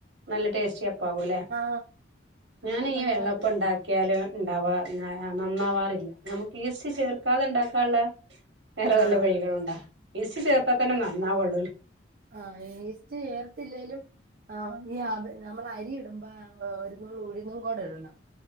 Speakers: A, on the right; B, on the right.
A: നല്ല ടേസ്റ്റ് പ്പാവൂല്ലേ
B: ആ
A: ഞാൻ ഈ
B: നല്ലതായിട്ട്
A: വെള്ളപ്പം
B: കിട്ടും.
A: ണ്ടാക്കിയാല് ഉണ്ടാവാ ഞാ നന്നാവാറില്ല നമുക്ക് ഈസ്റ്റ് ചേർക്കാതെണ്ടാക്കാള്ളെ വേറെ
B: ആ
A: വല്ല വഴികളുംണ്ടാ ഈസ്റ്റ് ചേർത്താതന്നെ നന്നാവുള്ളൂലേ
B: ആ ഈസ്റ്റ് ചേർത്തില്ലേലും ആ ഈ നമ്മൾ അരിടുമ്പോ ഒുരുനുള്ള് ഉഴുന്നുംകൂടെഇടണം